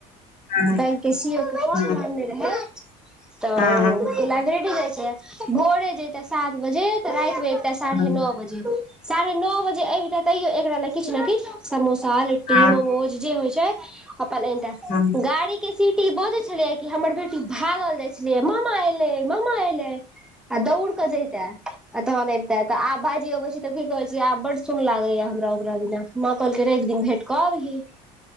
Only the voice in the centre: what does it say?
बैंक के सी ओ के फार्म
भरने रहै त ओ
लाइबरैडी जाए छैला भोरे जैते सात बजे त राति मे अबिते साढ़े
नौ बजे साढ़े नौ बजे अबिते तैयो एकरा ले किछ ने किछ समोसा लि ट्टी
मोमोज जे होए छै अपन अनतै
गाड़ी के सीटी बजै छलै कि हमर बेटी भागल जाए छलै ममा एलै ममा एलै आ दौउड़ क जइतै आ तहन ऐ तै तऽ आब भाईजी अबै छै तऽ की कहै छी आब बड्ड सून लागैया हमरा ओकरा बिना माँ कहलकै रइब दिन भेट कऽ अबही